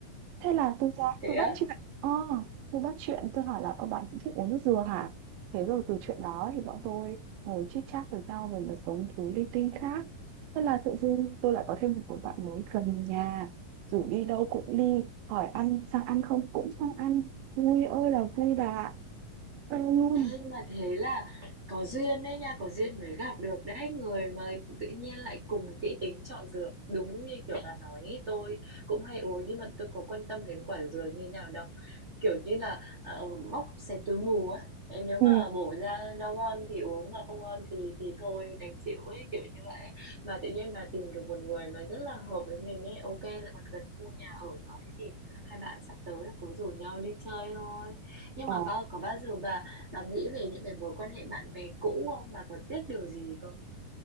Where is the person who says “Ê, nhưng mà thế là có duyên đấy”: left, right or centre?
Right